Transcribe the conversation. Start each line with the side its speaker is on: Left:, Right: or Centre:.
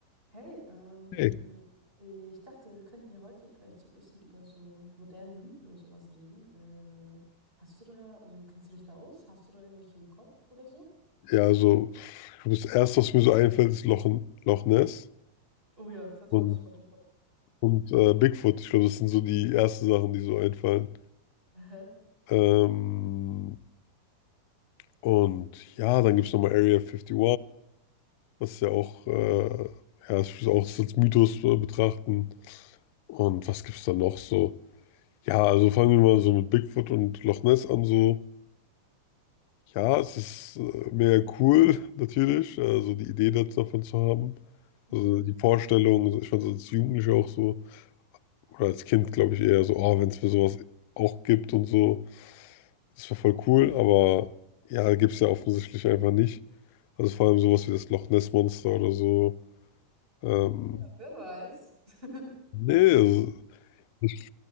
Right: Hey, ähm,
Left: Ey,
Right: ich dachte, wir könnten ja heute vielleicht so ein bisschen über so moderne Mythen und sowas reden. Äh, hast du da, also kennst du dich da aus? Hast du da irgendwelche im Kopf oder so?
Left: Ja, also ich glaube, das Erste, was mir so einfällt, ist Loch, Loch Ness
Right: Oh ja, das hatte
Left: und,
Right: ich auch sofort im Kopf.
Left: und äh, Bigfoot. Ich glaube, das sind so die ersten Sachen, die so einfallen.
Right: Aha.
Left: Ähm, und ja, dann gibt es nochmal Area 51, was ja auch, äh, ja, ich würde auch das als Mythos äh, betrachten. Und was gibt es da noch so? Ja, also fangen wir mal so mit Bigfoot und Loch Ness an so. Ja, es ist äh, mega cool, natürlich, also die Idee das- davon zu haben.
Right: Mhm.
Left: Also die Vorstellung, also ich fand es als Jugendlicher auch so, oder als Kind glaube ich eher so, oh, wenn es für sowas auch gibt und so, das wäre voll cool, aber ja, gibt es ja offensichtlich einfach nicht. Also vor allem sowas wie das Loch Ness Monster oder so. Ähm,
Right: Ja, wer weiß. <laughs>
Left: nee, also ich